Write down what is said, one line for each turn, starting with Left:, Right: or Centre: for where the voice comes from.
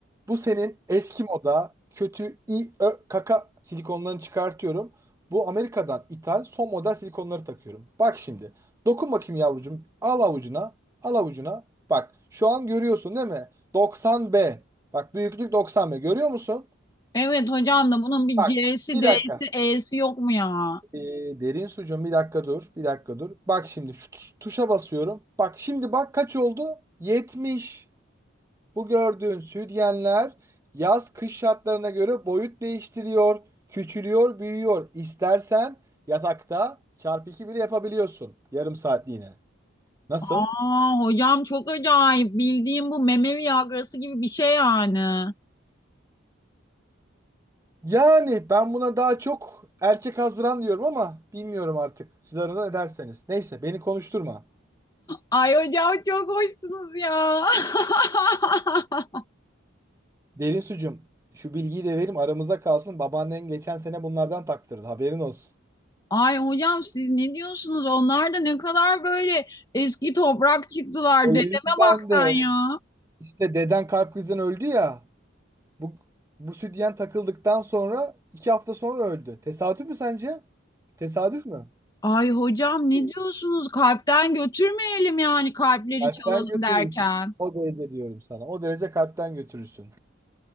Right: Bu senin eski moda kötü i ö kaka silikonlarını çıkartıyorum. Bu Amerika'dan ithal son model silikonları takıyorum. Bak şimdi. Dokun bakayım yavrucuğum. Al avucuna. Al avucuna. Bak şu an görüyorsun değil mi? 90B. Bak büyüklük 90B. Görüyor musun?
Left: Evet hocam da bunun bir
Right: Bak
Left: C'si
Right: bir
Left: D'si
Right: dakika.
Left: E'si yok mu ya?
Right: Ee, derin sucuğum bir dakika dur. Bir dakika dur. Bak şimdi şu tu- tuşa basıyorum. Bak şimdi bak kaç oldu? 70. Bu gördüğün sütyenler yaz kış şartlarına göre boyut değiştiriyor. Küçülüyor, büyüyor. İstersen yatakta çarpı 2 bile yapabiliyorsun. Yarım saatliğine. Nasıl?
Left: Aa hocam çok acayip bildiğim bu meme Viagra'sı gibi bir şey yani.
Right: Yani ben buna daha çok erkek hazıran diyorum ama bilmiyorum artık. Siz aranızda ne derseniz. Neyse beni konuşturma.
Left: Ay hocam çok hoşsunuz ya. <laughs>
Right: Derin sucum şu bilgiyi de verim aramıza kalsın. Babaannen geçen sene bunlardan taktırdı haberin olsun.
Left: Ay hocam siz ne diyorsunuz? Onlar da ne kadar böyle eski toprak çıktılar.
Right: O
Left: Dedeme
Right: yüzden
Left: bak
Right: de
Left: sen ya.
Right: işte deden kalp krizinden öldü ya. Bu, bu sütyen takıldıktan sonra iki hafta sonra öldü. Tesadüf mü sence? Tesadüf mü?
Left: Ay hocam ne
Right: Değil.
Left: diyorsunuz? Kalpten götürmeyelim yani kalpleri
Right: Kalpten
Left: çalalım
Right: götürürsün.
Left: derken.
Right: O derece diyorum sana. O derece kalpten götürürsün.